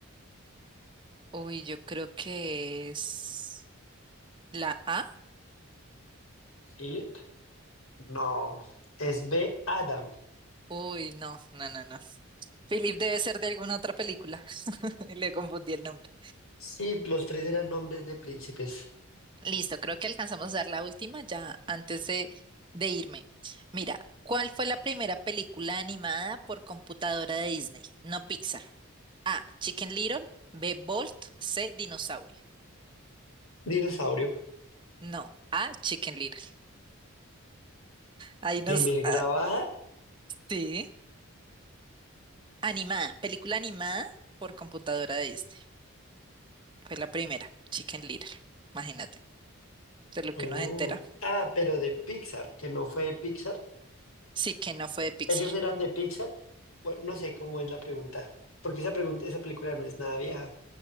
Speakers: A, on the right; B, on the left.
A: Uy, yo creo que es la A.
B: Philip, no, es B. Adam.
A: Uy, no, no, no, no. Philip debe ser de alguna otra película. <laughs> Y Le confundí el nombre.
B: Sí, los tres eran nombres de príncipes.
A: Listo, creo que alcanzamos a dar la última ya antes de, de irme. Mira, ¿cuál fue la primera película animada por computadora de Disney? No Pixar. A. Chicken Little. B. Bolt. C. Dinosaurio.
B: Dinosaurio.
A: No. A. Chicken Little. Ahí nos...
B: Primer grabada.
A: ah, sí. Animada, película animada por computadora de Disney. Fue la primera, Chicken Little. Imagínate, de lo que
B: Oh,
A: uno se entera.
B: Ah, pero de Pixar, que no fue de Pixar.
A: Sí, que no fue de Pixar.
B: Ellos eran de Pixar. Bueno, no sé cómo es la pregunta, porque esa pregunta, esa película no es nada vieja.